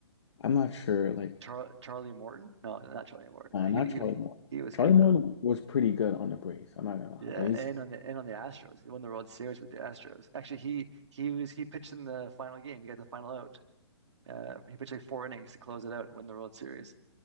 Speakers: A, on the left; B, on the right.
A: I'm not sure. Like.
B: Char Charlie Morton? No, not Charlie Morton.
A: No,
B: no, He,
A: not
B: he
A: Charlie
B: he
A: Moore.
B: he was
A: Charlie
B: good
A: Moore
B: though.
A: was pretty good on the Braves. I'm not gonna lie,
B: Yeah,
A: but he's
B: and on the and on the Astros, he won the World Series with the Astros. Actually, he he was he pitched in the final game. He got the final out. Uh, he pitched like four innings to close it out and win the World Series.